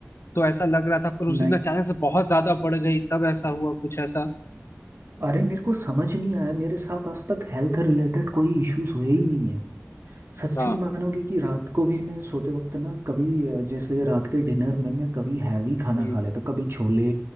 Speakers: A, on the left (about 65°); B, on the right (about 60°).
A: तो ऐसा लग रहा था पर
B: नहीं
A: उस दिन अचानक से बहुत ज्यादा बढ़ गई तब ऐसा हुआ कुछ ऐसा
B: अरे मेरे को समझ नहीं आया मेरे साथ आज तक हेल्थ रिलेटेड कोई इश्यूज हुए ही नहीं है सच
A: हाँ
B: नहीं मानोगे कि रात को भी मैं सोते वक्त ना कभी अ, जैसे रात के डिनर में मैं कभी हैवी खाना
A: हम्म
B: खा लेता कभी छोले